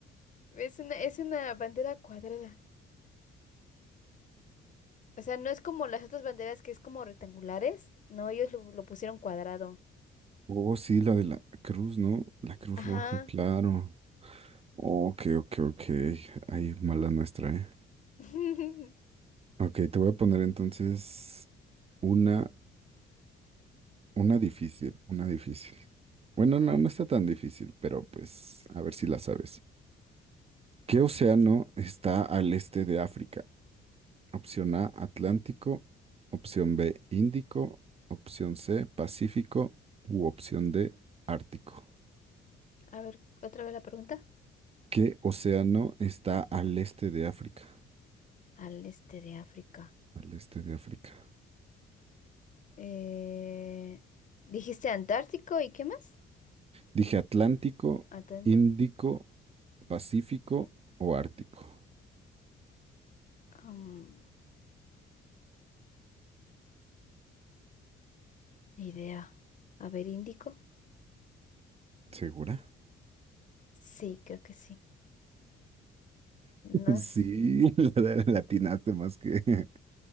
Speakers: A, on the left; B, on the right.
A: Es una, es una bandera cuadrada. O sea, no es como las otras banderas que es como rectangulares. No, ellos lo, lo pusieron cuadrado.
B: Oh, sí, la de la cruz, ¿no? La cruz
A: Ajá.
B: roja, claro. Ok, ok, ok. Ahí mala nuestra, ¿eh?
A: <laughs>
B: Ok, te voy a poner entonces una, una difícil, una difícil. Bueno,
A: A
B: no,
A: ver,
B: no está tan difícil, pero pues a ver si la sabes. ¿Qué océano está al este de África? Opción A, Atlántico. Opción B, Índico. Opción C, Pacífico. U opción D, Ártico.
A: a ver, otra vez la pregunta.
B: ¿Qué océano está al este de África?
A: Al este de África.
B: Al este de África.
A: Eh, ¿dijiste Antártico y qué más?
B: Dije Atlántico,
A: Atlántico.
B: Índico, Pacífico o Ártico.
A: Am, ni idea. A ver, Índico.
B: ¿Segura? <laughs>
A: Sí, creo que sí. No
B: Sí,
A: sé.
B: la la atinaste más que,